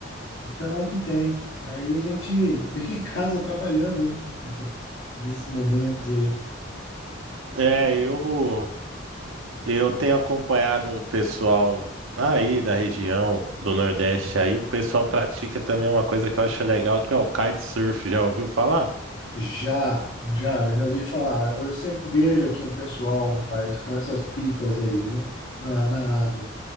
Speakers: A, on the left (about 80°); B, on the right (about 80°).
A: Então é o que tem. Aí a gente <laughs> fica em casa trabalhando, né? Nesses momentos aí.
B: É, eu Eu tenho acompanhado um pessoal aí da região do Nordeste aí, o pessoal pratica também uma coisa que eu acho legal, que é o kitesurf, já ouviu falar?
A: Já, já, já ouvi falar. Eu sempre vejo aqui um pessoal, rapaz, com essas pipas aí, viu? Na, na água.